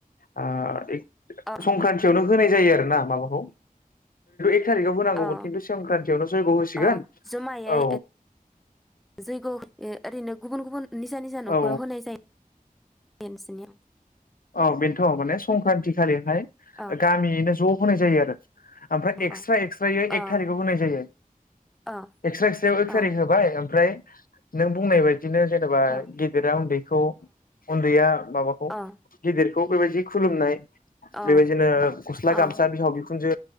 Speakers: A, on the left; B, in the centre.
A: आ एक
B: अ
A: संक्रान्ति होनाय जायो आरो ना माबाखौ एक थारिखाव होनांगौमोन
B: औ
A: खिन्थु संक्रान्तियावनो जयग' होसिगोन
B: औ जमायै
A: औ
B: जैग' ओरैनो गुबुन गुबुन निजा निजा न'खराव
A: औ
B: होनाय जायो <unintelligible>
A: औ बेनोथ' माने संक्रान्ति खालिहाय
B: अ
A: गामियैनो ज' होनाय जायो आरो ओमफ्राय
B: अ
A: एक्सट्रा
B: अ
A: एक्सट्रै
B: अ
A: एक थारिकआव होनाय जायो
B: अ
A: एक्सट्रा एक्सट्रायाव एक थारिक
B: अ
A: होबाय ओमफ्राय नों बुंनाय बायदिनो जेनेबा
B: अ
A: गेदेरा उन्दैखौ उन्दैया माबाखौ
B: अ
A: गिदिरखौ बेबायदि खुलुमनाय
B: अ
A: बेबायदिनो गस्ला गामसा
B: अ
A: बिहाव बिखुनजो